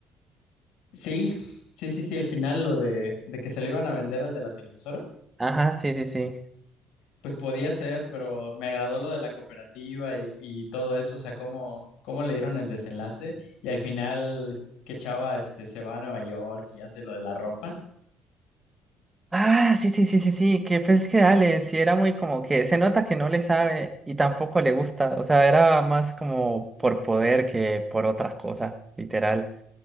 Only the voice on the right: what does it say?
Ajá, sí, sí, sí.
Ah, sí, sí, sí, sí, sí, que pues es que dale, sí era muy como que se nota que no le sabe y tampoco le gusta, o sea, era más como por poder que por otra cosa, literal.